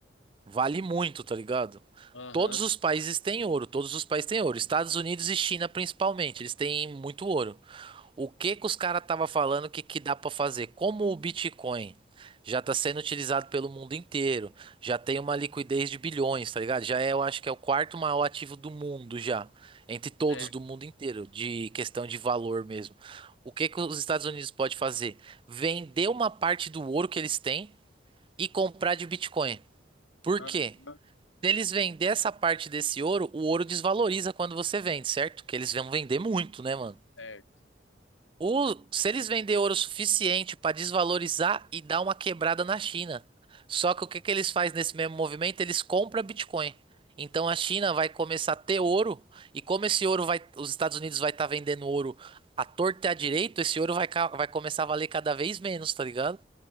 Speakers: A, on the right (about 25°); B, on the left (about 85°).
A: vale muito, tá ligado?
B: Aham,
A: Todos os países têm ouro, todos os países têm ouro. Estados Unidos e China principalmente, eles têm muito ouro. O que que os caras estavam falando que, que dá para fazer? Como o Bitcoin já está sendo utilizado pelo mundo inteiro, já tem uma liquidez de bilhões, tá ligado? Já é, eu acho que é o quarto maior ativo do mundo já, entre todos
B: certo.
A: do mundo inteiro, de questão de valor mesmo. O que que os Estados Unidos pode fazer? Vender uma parte do ouro que eles têm e comprar de Bitcoin. Por
B: Aham,
A: quê? Se eles vender essa parte desse ouro, o ouro desvaloriza quando você vende, certo? Que eles vão vender muito, né, mano?
B: certo.
A: O- se eles vender ouro suficiente para desvalorizar e dar uma quebrada na China. Só que o que que eles fazem nesse mesmo movimento? Eles compram Bitcoin. Então a China vai começar a ter ouro e como esse ouro vai, os Estados Unidos vai estar vendendo ouro à torta e à direita, esse ouro vai, ca- vai começar a valer cada vez menos, tá ligado?